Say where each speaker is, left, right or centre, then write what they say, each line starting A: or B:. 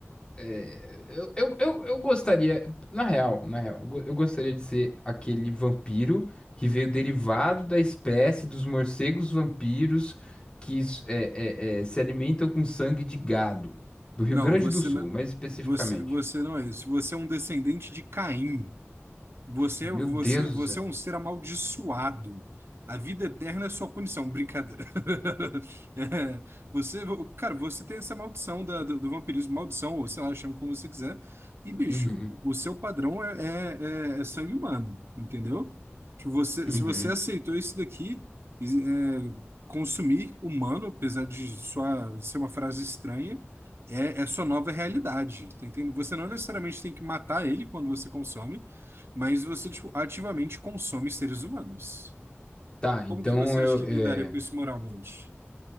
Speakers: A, on the left; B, on the right.
A: É, eu, eu, eu, eu gostaria, na real, na real, eu, go- eu gostaria de ser aquele vampiro que veio derivado da espécie dos morcegos vampiros que s- é, é, é, se alimentam com sangue de gado, do Rio
B: Não,
A: Grande
B: você
A: do Sul,
B: não,
A: mais especificamente.
B: você, você não é isso. Você é um descendente de Caim. Você,
A: Meu
B: você,
A: Deus
B: você
A: do céu.
B: é um ser amaldiçoado. A vida eterna é sua punição. Brincadeira. <laughs> É, você, cara, você tem essa maldição da- do, do vampirismo, maldição, ou sei lá, chama como você quiser. E, bicho,
A: Uhum,
B: o seu padrão é, é, é- é sangue humano, entendeu? Tipo, você,
A: uhum.
B: se você aceitou isso daqui, é, consumir humano, apesar de sua, ser uma frase estranha, é, é sua nova realidade. Tá entendendo? Você não necessariamente tem que matar ele quando você consome. Mas você, tipo, ativamente consome seres humanos.
A: Tá, então
B: Como que você
A: eu.
B: acha que
A: é,
B: lidaria com isso moralmente?